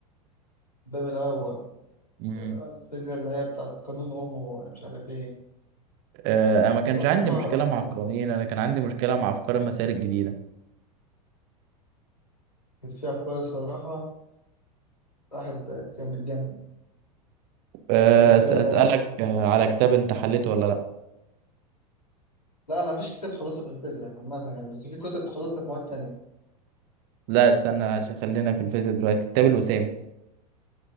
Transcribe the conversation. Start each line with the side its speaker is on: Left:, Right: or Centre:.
Left: الباب الأول
Right: مم.
Left: آه، الفيزياء اللي هي بتاعت قانون أوم ومش عارف إيه
Right: آه، انا ما كانش
Left: بتاعت
Right: عندي
Left: الكهرباء
Right: مشكله
Left: عامة
Right: مع القوانين انا كان عندي مشكله مع افكار المسائل الجديده
Left: كانت فيها أفكار الصراحة الواحد كان بيتجنن
Right: آه،
Left: بس
Right: أس-
Left: آه،
Right: اسالك آه، على كتاب انت حليته ولا لا
Left: لا أنا مفيش كتاب خلصته في الفيزياء عامة يعني بس في كتب خلصتها في مواد تانية
Right: لا استنى عشان خلينا في الفيزياء دلوقتي كتاب الوسام